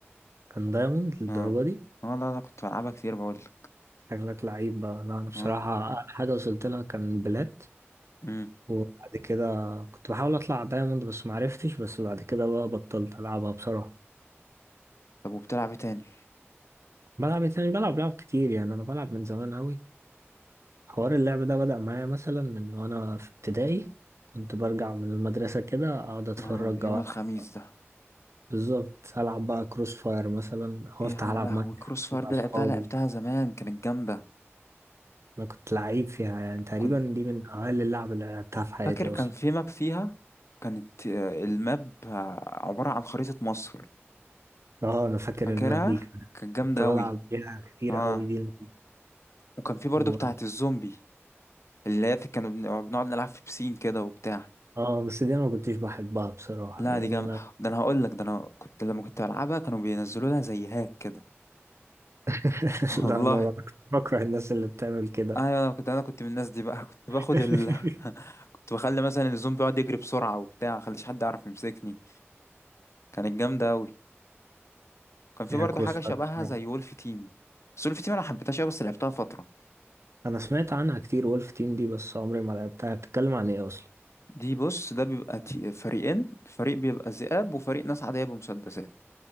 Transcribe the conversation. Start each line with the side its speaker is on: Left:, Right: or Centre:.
Right: كان دايموند للدرجة
Left: اه
Right: دي
Left: اه لا لا كنت بلعبها كتير بقولك
Right: شكلك لعيب بقى لا انا بصراحة
Left: اه
Right: اعلى حاجة وصلت لها كان بلات
Left: امم
Right: وبعد كده كنت بحاول اطلع دايموند بس معرفتش بس بعد كده بقى بطلت العبها بصراحة
Left: طب وبتلعب ايه تاني
Right: بلعب إيه تاني بلعب لعب كتير يعني انا بلعب من زمان قوي حوار اللعب ده بدأ معايا مثلا من وانا في ابتدائي كنت برجع من المدرسة كده اقعد اتفرج
Left: اه يوم
Right: او ألعب.
Left: الخميس ده
Right: بالظبط العب بقى كروس فاير مثلا او
Left: يا
Right: افتح العب
Left: لهوي
Right: ماينكرافت
Left: كروس فاير
Right: مع
Left: دي
Right: اصحابي
Left: لعبتها لعبتها زمان كانت جامدة
Right: انا كنت لعيب فيها يعني تقريبا
Left: كنت
Right: دي من اقل اللعب اللي لعبتها في حياتي
Left: فاكر
Right: اصلا
Left: كان في ماب فيها كانت آه، الماب آه، عبارة عن خريطة مصر
Right: اه انا فاكر
Left: فاكرها
Right: الماب دي كمان.
Left: كانت جامدة
Right: كنت بلعب
Left: أوي
Right: بيها كتير
Left: اه
Right: قوي دي الم-
Left: وكان في برضو
Right: و...
Left: بتاعة الزومبي اللي هي في- كانوا بن- بنقعد نلعب في بسين كده وبتاع
Right: اه بس دي انا ما كنتش بحبها بصراحة
Left: لا
Right: يعني
Left: دي جامدة
Right: انا
Left: ده أنا هقولك ده أنا كنت لما كنت بلعبها كانوا بينزلوا لها زي هاك كده
Right: <laughs>
Left: <laughs> والله
Right: لا انا كنت بكره الناس اللي بتعمل كده
Left: ايوه انا كنت انا كنت من الناس دي بقى <laughs> كنت باخد
Right: <laughs>
Left: ال <laughs> كنت بخلي مثلا الزوم بيقعد يجري بسرعه وبتاع خليش حد يعرف يمسكني كانت جامده قوي كان في
Right: هي
Left: برضه
Right: كروس
Left: حاجه
Right: فاير
Left: شبهها
Right: بصراحة
Left: زي وولف تيم بس وولف تيم انا حبيتهاش أوي بس لعبتها فتره
Right: أنا سمعت عنها كتير وولف تيم دي بس عمري ما لعبتها بتتكلم عن إيه أصلا
Left: دي بص ده بيبقى تي- فريقين فريق بيبقى ذئاب وفريق ناس عاديه بمسدسات